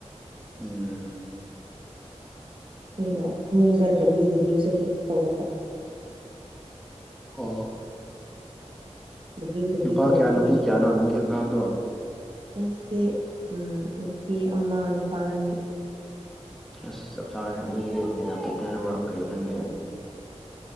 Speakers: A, in the centre; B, on the right.
A: ꯎꯝ
B: ꯑꯗꯨꯒ ꯐꯃꯨꯡꯗ ꯗꯕ꯭ꯂꯤꯎ ꯗꯕ꯭ꯂꯤꯎꯁꯦ ꯍꯦꯛ ꯇꯧꯔꯛꯄ
A: ꯑꯣ
B: ꯗꯕ꯭ꯂꯤꯎ ꯗꯕ꯭ꯂꯤꯎ
A: ꯅꯨꯄꯥ
B: ꯇꯧꯔꯛꯄꯒꯤꯀꯣ
A: ꯀꯌꯥ ꯅꯨꯄꯤ ꯀꯌꯥꯅꯣ ꯅꯪꯒꯤ ꯑꯉꯥꯡꯗꯣ
B: ꯑꯩꯁꯦ ꯅꯨꯄꯤ ꯑꯃ ꯅꯨꯄꯥ ꯑꯅꯤ
A: ꯑꯁ ꯆꯞ ꯆꯥꯔꯦ ꯑꯗꯨꯒꯤ ꯍꯦꯟꯅ ꯄꯣꯛꯀꯦ ꯍꯥꯏꯕ ꯀꯔꯤ ꯈꯟꯒꯦ